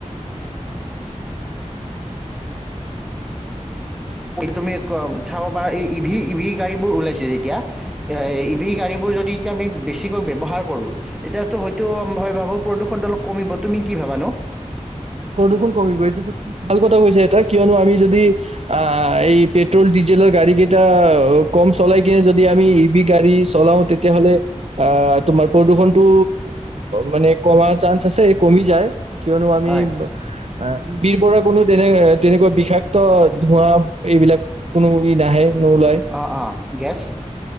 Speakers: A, in the centre; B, on the right.
A: তুমি চাব পাৰা এই ইভি ইভি গাড়ী বোৰ ওলাইছে যেতিয়া অ', ইভি গাড়ীবোৰ যদি আমি বেছিকৈ ব্যৱহাৰ কৰোঁ। তেতিয়াতো হয়তো ময় ভাবো প্ৰদূষণটো অলপ কমিব, তুমি কি ভাবা নো?
B: প্ৰদূষণ কমিব এইটো তুমি ভাল কথা কৈছা এটা কিয়নো আমি যদি অহ, এই পেট্ৰল ডিজেলৰ গাড়ী কেইটা কম চলাই কিনে যদি আমি ইভি গাড়ী চলাও তেতিয়াহ'লে অহ, তোমাৰ প্ৰদূষণতটো মানে কমাৰ চান্স আছে কমি যায়। কিয়নো আমি
A: হয়
B: অ', পিৰ পৰা অ', কোনো তেনে তেনেকুৱা বিষাক্ত ধোঁৱা এইবিলাক কোনো ই নাহে। নোলায়
A: অ', অ', গেছ